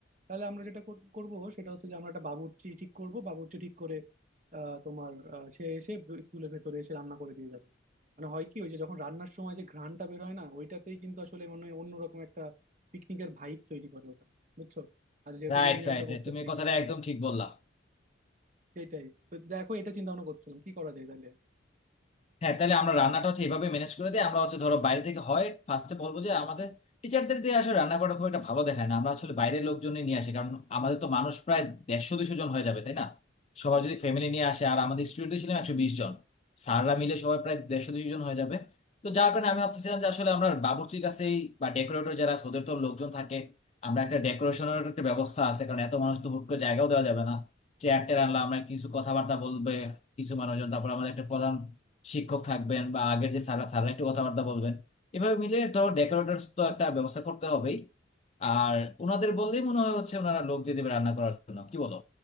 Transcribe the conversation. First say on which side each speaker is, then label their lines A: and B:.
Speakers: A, on the right; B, on the left.
A: তাহলে আমরা যেটা কর- করব সেটা হচ্ছে যে আমরা একটা বাবুর্চি ঠিক করব বাবুর্চি ঠিক করে আহ, তোমার আহ, সে এসে স্কুলের ভেতরে এসে রান্না করে দিয়ে যাবে মানে হয় কি ওই যে যখন রান্নার সময় যে ঘ্রাণটা বের হয় না ওইটাতেই কিন্তু আসলে মনে হয় অন্যরকম একটা পিকনিকের ভাইব তৈরি করে ওটা বুঝছো আর যেহেতু
B: রাইট
A: রিউনিয়নটা
B: রাইট
A: করতেছি
B: রাইট তুমি এই কথাটা একদম ঠিক বললা
A: সেটাই তো দেখো এটা চিন্তা ভাবনা করছিলাম কি করা যায় তাহলে
B: হ্যাঁ তাহলে আমরা রান্নাটা হচ্ছে এভাবে ম্যানেজ করে দিই আমরা হচ্ছে ধরো বাইরে থেকে হয় ফার্স্টে বলবো যে আমাদের টিচারদের দিয়ে আসলে রান্না করা খুব একটা ভালো দেখায় না আমরা আসলে বাইরের লোকজন নিয়ে আসি কারণ আমাদের তো মানুষ প্রায় দেড়শো দুশো জন হয়ে যাবে তাই না সবাই যদি ফ্যামিলি নিয়ে আসে আর আমাদের স্টুডেন্ট ছিলাম একশো বিশ জন স্যাররা মিলে সবাই প্রায় দেড়শো দুশো জন হয়ে যাবে তো যার কারণে আমি ভাবতেছিলাম যে আসলে আমরা বাবুর্চির কাছেই বা ডেকোরেটর যারা আছে, ওদের তো লোকজন থাকে আমরা একটা ডেকোরেশনের একটা ব্যবস্থা আছে কারণ এত মানুষ তো হুট করে জায়গাও দেওয়া যাবে না চেয়ার টেয়ার আনলাম আমরা কিছু কথাবার্তা বলবে কিছু মানুষজন তারপর আমাদের একটা প্রধান শিক্ষক থাকবেন বা আগের যে স্যাররা স্যাররা একটু কথাবার্তা বলবেন এভাবে মিলে ধরো ডেকোরেটরস তো একটা ব্যবস্থা করতে হবেই আর ওনাদের বললেই মনে হয় হচ্ছে ওনারা লোক দিয়ে দেবে রান্না করার জন্য কি বলো